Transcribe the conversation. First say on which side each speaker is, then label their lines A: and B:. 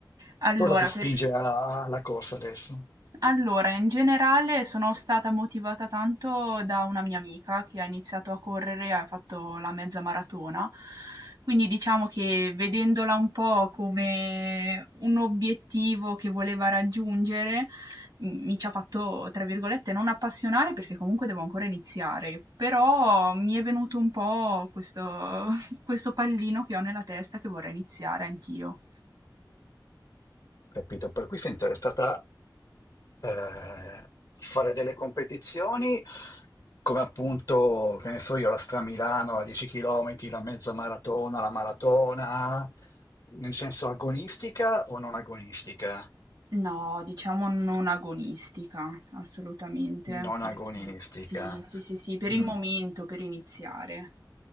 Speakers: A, on the right (about 65°); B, on the left (about 55°).
A: Allora,
B: Cosa ti spinge
A: per...
B: a- alla corsa adesso?
A: Allora, in generale sono stata motivata tanto da una mia amica che ha iniziato a correre, ha fatto la mezza maratona, quindi diciamo che vedendola un po' come un obiettivo che voleva raggiungere, m- mi ci ha fatto, tra virgolette, non appassionare perché comunque devo ancora iniziare, però mi è venuto un po' questo, <laughs> questo pallino che ho nella testa che vorrei iniziare anch'io.
B: Ho capito, per cui sei interessata eh, fare delle competizioni come appunto, che ne so io, la Stramilano, la 10 km, la mezza maratona, la maratona, nel senso agonistica o non agonistica?
A: No, diciamo non agonistica, assolutamente,
B: Non
A: perché
B: agonistica.
A: sì, sì, sì, sì, per
B: Mm.
A: il momento, per iniziare.